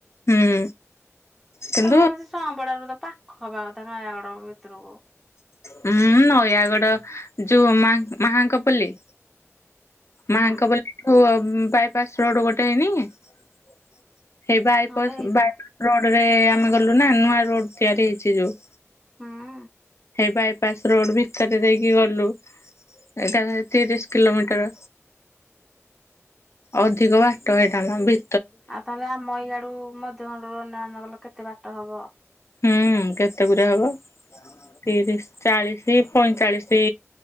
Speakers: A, on the left (about 60°); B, in the centre.
A: ହୁଁ କିନ୍ତୁ
B: ତମ ସେ ସମ୍ପଡା ରୁ ତ ପାଖ ହବା କଥା ନୟାଗଡ ଭିତରୁକୁ।
A: ହୁଁ ନୟାଗଡ ଯଉ ମାହାଙ୍କ ପଲ୍ଲୀ
B: ହୁଁ
A: ମାଙ୍କ ପଲ୍ଲୀ କୁ ବାଇପାସ ରୋଡ ଗୋଟେ ହେଇନି ସେଇ ବାଇପାସ
B: ହଁ ହେଇଥିବ
A: ବାଇପାସ ରୋଡରେ ଆମେ ଗଲୁ ନା ନୂଆ ରୋଡ ତିଆରି ହେଇଛି ଯୋଉ
B: ହଁ ଅଁ
A: ବାଇପାସ ରୋଡ ଭିତରେ ଦେଇକି ଗଲୁ ଏକା ତିରିଶ କିଲୋମିଟର। ଅଧିକ ବାଟ ହେଇଟାନା ଭି
B: ଆଉ ତାହେଲେ ଆମ ଏଇଆଡୁ ମଧ୍ୟଭଣ୍ଡରୁ ଅନେଇ ଅନେଇ ଗଲ କେତେ ବାଟ ହବ,
A: ହୁଁ କେତେ ଗୁରେ ହବ, ତିରିଶ ଚାଳିଶ ପଇଁଚାଳିଶ